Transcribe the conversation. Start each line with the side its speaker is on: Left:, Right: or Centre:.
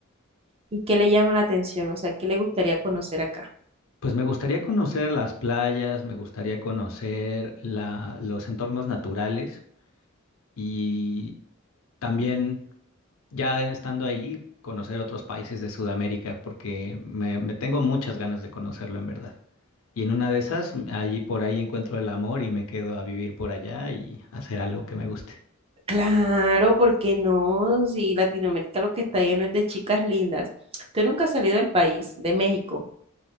Right: ¿Y qué le llama la atención? O sea, ¿qué le gustaría conocer acá?
Left: Pues me gustaría conocer las playas, me gustaría conocer la- los entornos naturales y también ya estando ahí, conocer otros países de Sudamérica, porque me, me tengo muchas ganas de conocerlo en verdad. Y en una de esas, allí por ahí encuentro el amor y me quedo a vivir por allá y hacer algo que me guste.
Right: Claro, porque no? Si Latinoamérica lo que está lleno es de chicas lindas. Usted nunca ha salido del país, de México.